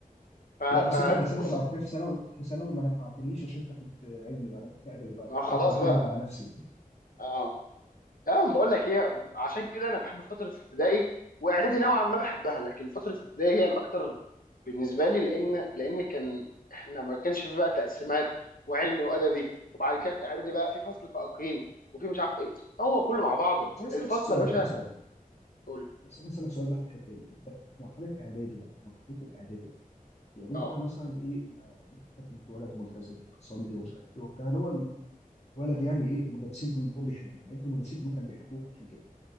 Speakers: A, on the left; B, on the left.
A: ف-
B: لا بس
A: فبص
B: انت بس انت بعد كده في ثانوي في ثانوي ما نفعتنيش عشان انت كنت علمي بقى انا كنت ادبي بقى
A: ما خلاص
B: قلت اعتمد
A: بقى
B: على نفسي
A: اه اه بقول لك ايه عشان كده انا بحب فتره ابتدائي واعدادي نوعا ما بحبها لكن فتره ابتدائي هي الاكتر بالنسبه لي لان لان كان احنا ما كانش في بقى تقسيمات وعلمي وادبي وبعد كده في اعدادي بقى في فصل فائقين وفي مش عارف ايه هو كله مع بعضه
B: بس انا اسالك
A: الفصل
B: سؤال
A: يا باشا
B: انا عايز سؤال
A: قول
B: بس انا اسالك سؤال بقى في الحته دي انت في مرحله اعدادي بقى مرحله الاعدادي بقى يعني انت
A: اه
B: مثلا ايه ما انت كنت ولد ملتزم بتصلي ومش عارف ايه وبتاع اللي هو الولد يعني ايه المدرسين كلهم بيحبوك يعني انت المدرسين كلهم كانوا بيحبوك عشان كده